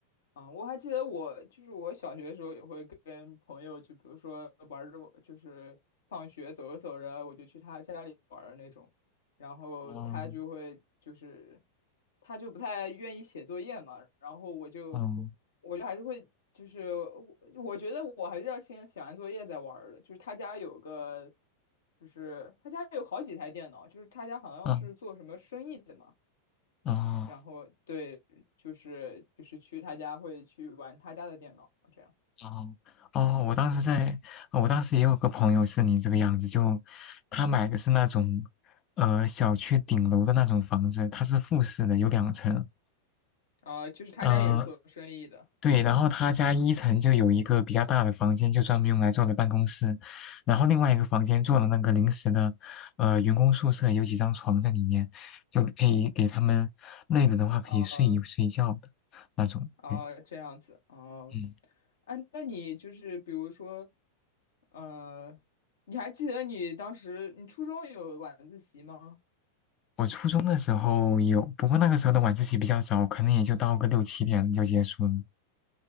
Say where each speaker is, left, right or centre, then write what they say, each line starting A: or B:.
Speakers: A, on the left; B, on the left.
A: 嗯，我还记得我就是我小学的时候也会跟朋友，就比如说玩儿着，就是放学走着走着，我就去他家里玩儿那种，然后他就会就是
B: 哦，
A: 他就不太愿意写作业嘛，然后我就
B: 嗯，
A: 我就还是会就是我我觉得我还是要先写完作业再玩儿的，就是他家有个就是他家有好几台电脑，就是他家好像是做什么生意的嘛。
B: 嗯，哦，
A: 然后对，就是就是去他家会去玩他家的电脑，这样。
B: 哦，哦，我当时在，哦我当时也有个朋友是你这个样子，就他买的是那种，呃，小区顶楼的那种房子，它是复式的，有两层，
A: 啊、就是他家也是做生意的。
B: 呃，对，然后他家一层就有一个比较大的房间，就专门用来做的办公室，然后另外一个房间做了那个临时的，呃，员工宿舍，有几张床在里面，就可以给他们累了的话可以睡一睡觉的那种。
A: 啊啊，
B: 对，
A: 这样子哦。
B: 嗯，
A: 啊，那你就是比如说，呃，你还记得你当时你初中有晚自习吗？
B: 我初中的时候有，不过那个时候的晚自习比较早，可能也就到个六七点就结束了。